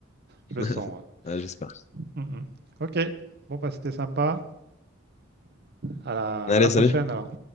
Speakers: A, on the left; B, on the right.
A: <laughs>
B: Je le sens.
A: Ouais, J'espère.
B: ouais. Mm, mm. Ok, bon, bah c'était sympa. À la,
A: Allez,
B: à la prochaine
A: salut.
B: alors.